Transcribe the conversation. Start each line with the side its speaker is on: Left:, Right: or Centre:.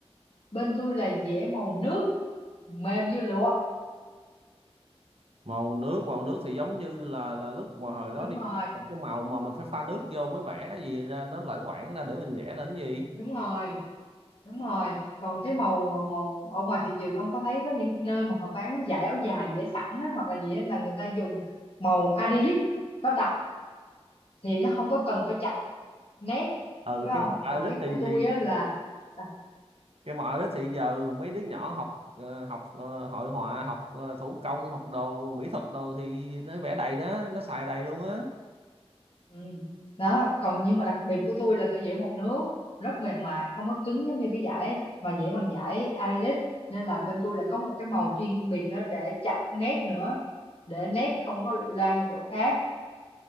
Left: bên tôi là dẻ màu nước mềm như lụa
Right: màu nước màu nước thì giống như là là lúc mà hồi
Left: đúng
Right: đó đi
Left: rồi
Right: học cái màu mà mình phải pha nước vô mới vẽ gì ra nó loãng quảng ra để mình vẽ lên cái gì
Left: đúng rồi đúng rồi còn cái màu màu ở ngoài thị trường ông có thấy có những nơi mà họ bán dải áo dài dẻ sẵn á, hoặc là gì á, là người ta dùng màu acrylic nó đặc thì nó không có cần phải chặn nét
Right: ừ
Left: phải không
Right: cái môn
Left: còn
Right: Irish
Left: cái
Right: thì
Left: của tôi
Right: thì
Left: á là <laughs>
Right: cái môn Irish thì giờ mấy đứa nhỏ học ờ, học ờ, hội họa học ờ, thủ công học đồ mỹ thuật đồ thì nó vẽ đầy đó nó xài đầy luôn á
Left: Ừ. Đó, còn nhưng mà đặc biệt của tôi là tôi vẽ màu nước, rất mềm mại, không có cứng giống như cái giải mà vẽ bằng giải acrylic nên là bên tôi lại có một cái màu chuyên biệt nữa để chặt nét nữa, để nét không có loang ở chỗ khác.